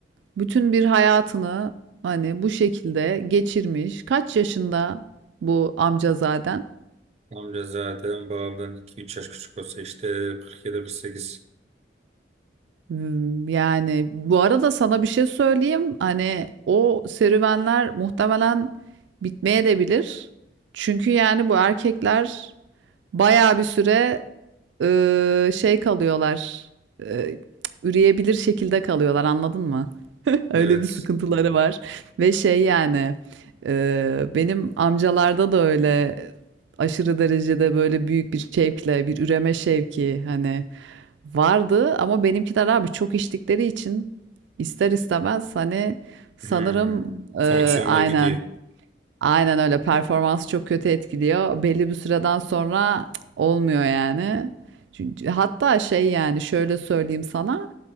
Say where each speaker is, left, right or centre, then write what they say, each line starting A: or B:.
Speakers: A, on the right (about 85°); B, on the right (about 35°).
A: bütün bir hayatını hani bu şekilde geçirmiş. Kaç yaşında bu amca zaten?
B: Amca zaten babamdan iki 3 yaş küçük olsa işte 47 sekiz.
A: Hmm, Yani bu arada sana bir şey söyleyeyim. Hani o serüvenler muhtemelen bitmeye de bilir. Çünkü yani bu erkekler bayağı bir süre eee, şey kalıyorlar. Eee, üreyebilir şekilde kalıyorlar anladın mı? <laughs> Öyle
B: Evet.
A: bir sıkıntıları var. Ve şey yani e, benim amcalarda da öyle aşırı derecede böyle büyük bir şevkle bir üreme şevki hani vardı ama benimkiler abi çok içtikleri için ister istemez hani sanırım
B: Hmm. Fonksiyonlar
A: e, aynen
B: gidiyor.
A: Aynen öyle. Performansı çok kötü etkiliyor. Belli bir süreden sonra cık, olmuyor yani. Çünkü, hatta şey yani şöyle söyleyeyim sana.